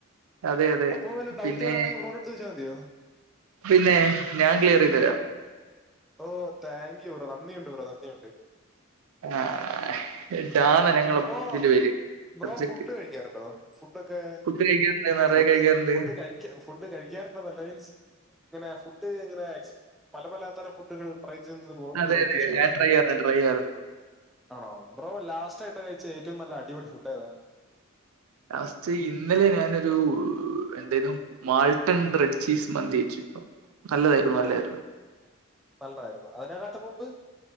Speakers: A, on the right (about 80°); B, in the centre.
A: അതെ അതെ
B: അപ്പൊ വല്ല ഡൗട്ട്
A: പിന്നെ
B: വരാണെങ്കിൽ ബ്രോനെ അടുത്ത് ചോദിച്ചാൽ മതിയോ
A: പിന്നെ ഞാൻ ക്ലിയർ ചെയ്ത് തരാം
B: ഓ താങ്ക്യൂ ബ്രോ നന്ദിയുണ്ട് ബ്രോ നന്ദിയുണ്ട്
A: ആഹ് ഇതാണ് ഞങ്ങളുടെ
B: ബ്രോ
A: ബുക്കിൻ്റെ പേര്
B: ബ്രോ
A: സബ്ജക്റ്റ്
B: ഫുഡ് കഴിക്കാറുണ്ടോ ഫുഡൊക്കെ
A: ഫുഡ് കഴിക്കാറുണ്ട് നിറയെ
B: ഫുഡ്
A: കഴിക്കാറുണ്ട്
B: ഫുഡ് കഴി ഫുഡ് കഴിക്കാറുണ്ടോന്നല്ല മീൻസ് ഇങ്ങനെ ഫുഡ് ഇങ്ങനെ പല പലതരം ഫുഡുകൾ ഫ്രൈ ചെയ്യുന്നത് ബ്രോ
A: അതെ
B: ബ്രോയ്ക്ക്
A: അതെ
B: ഇഷ്ടാണോ
A: ഞാൻ ട്രൈ ചെയ്യാറുണ്ട് ട്രൈ ചെയ്യാറുണ്ട്
B: ആണോ ബ്രോ ലാസ്റ്റ് ആയിട്ട് കഴിച്ച ഏറ്റവും നല്ല അടിപൊളി ഫുഡ് ഏതാ
A: ലാസ്റ്റ് ഇന്നലെ ഞാനൊരു എന്തേനു മാൾട്ടൺ ബ്രെഡ്ഡ്ചീസ് മന്തി കഴിച്ചു നല്ലതായിരുന്നു
B: ഓ
A: നല്ലായിരുന്നു
B: നല്ലതായിരുന്നു അതിനെകാട്ടു മുമ്പ്